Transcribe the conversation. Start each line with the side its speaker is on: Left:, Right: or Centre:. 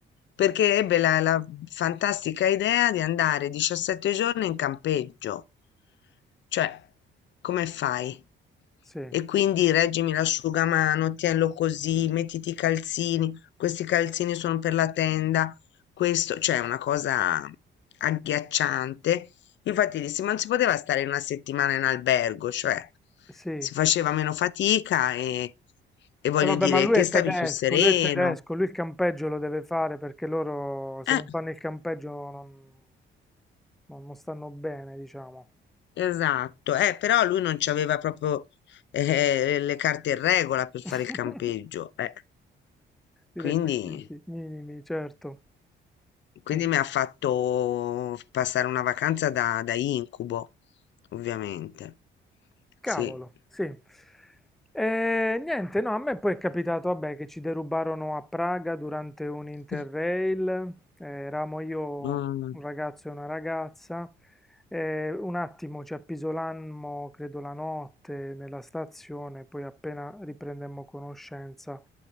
Left: perché ebbe la, la fantastica idea di andare 17 giorni in campeggio, cioè come fai?
Centre: Sì,
Left: E quindi reggimi l'asciugamano, tienilo così, mettiti i calzini, questi calzini sono per la tenda, questo cioè è una cosa agghiacciante. Infatti dissi: "Ma non si poteva stare una settimana in albergo, cioè
Centre: sì.
Left: si faceva meno fatica e e voglio
Centre: E vabbè,
Left: dire
Centre: ma lui
Left: te
Centre: è
Left: stavi
Centre: tedesco,
Left: più sereno".
Centre: lui è tedesco, lui il campeggio lo deve fare perché loro se
Left: Eh,
Centre: non fanno il campeggio non, non- non stanno bene, diciamo.
Left: esatto. Eh, però lui non c'aveva proprio, eh, le carte in regola per fare
Centre: <laughs>
Left: il campeggio, eh.
Centre: I requisiti
Left: Quindi
Centre: minimi, certo.
Left: quindi
Centre: Ok.
Left: mi ha fatto passare una vacanza da da incubo, ovviamente.
Centre: Cavolo,
Left: Sì.
Centre: sì. E niente, no, a me poi è capitato, vabbè, che ci derubarono a Praga durante un Interrail,
Left: <laughs>
Centre: eh, eravamo io,
Left: Mh.
Centre: un ragazzo e una ragazza, eh, un attimo ci appisolammo, credo la notte, nella stazione, poi appena riprendemmo conoscenza,